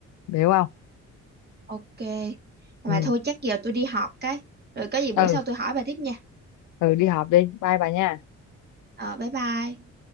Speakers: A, on the left (about 80°); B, on the right (about 35°).
A: hiểu không
B: Ok. Mà
A: ừ
B: thôi chắc giờ tôi đi họp cái. Rồi có gì bữa
A: ừ,
B: sau tôi hỏi bà tiếp nha.
A: ừ đi họp đi bye bà nha
B: Ờ, bye bye.